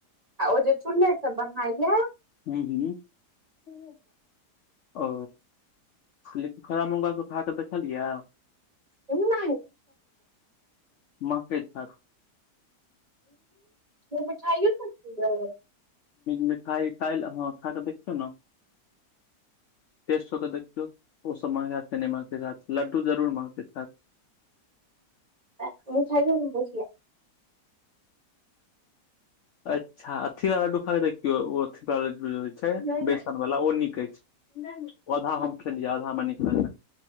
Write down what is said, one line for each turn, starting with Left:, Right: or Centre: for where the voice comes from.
Right: आ ओ जे चुले से ब <unintelligible>
Left: हूँ हूँ ओ <unintelligible> मौगा सब खाकऽ देखलियै
Right: हम्म,
Left: नइ
Right: नहि
Left: मके खाब
Right: ह मिठाइयो त खेबे
Left: मिठाइ काइल हँ खाऽ देखयो नै टेस्ट हो केऽ देखियौ ओसभ माँगैत हत कि नहि माँगते हत लड्डू जरूर माँ्गैत रहैत <unintelligible>
Right: मिठाइयो नहि दै छियै
Left: अच्छा अथी वालाखार देखियौ ओ अथीवाल होइ छै
Right: नहि नहि
Left: बेसन वाला ओ नीक अछि नहि आधा हम खेलियै आधा हमरा निक लगला